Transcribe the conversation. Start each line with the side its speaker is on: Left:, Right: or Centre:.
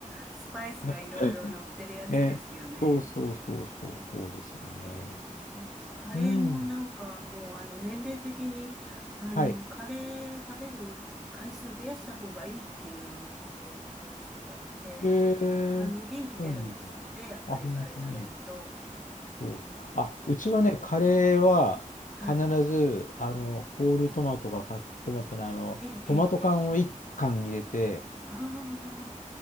Centre: スパイスがいろいろ乗ってるやつですよね。
Left: <laughs> ね。そうそうそうそう、
Centre: えー
Left: そうですよね。
Centre: うん、カレーもなんかもうあの年齢的にあのカレー食べる回数増やした方がいいっていうことを言ってる人がいて、
Left: うん。はい。えー、
Centre: あの元気出るんですって、
Left: そうなんだ。
Centre: やっぱりカレー食べると。
Left: あ、本当に。そう。
Centre: うん。
Left: あ、
Centre: で、
Left: うちはね、カレーは必ず、
Centre: はい。
Left: あの、ホールトマトがカットトマトのあの、
Centre: ええ、ええ、
Left: トマト缶を1缶入れて、
Centre: ええ。あー